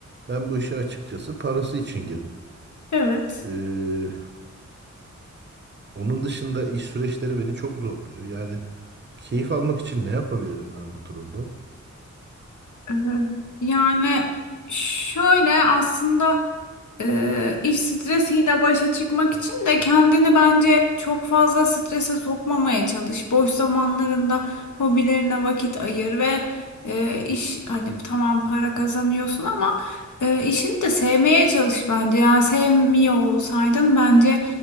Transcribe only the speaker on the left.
Evet.
Ee, Yani şöyle aslında. Ee, iş stresiyle başa çıkmak için de kendini bence çok fazla strese sokmamaya çalış. Boş zamanlarında hobilerine vakit ayır ve e, iş hani tamam para kazanıyorsun ama e, işini de sevmeye çalış bence. Yani sevmiyor olsaydın bence